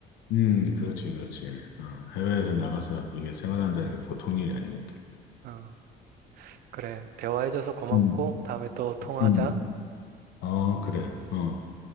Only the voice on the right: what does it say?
어, 그래. 대화해줘서 고맙고
다음에 또 통화하자.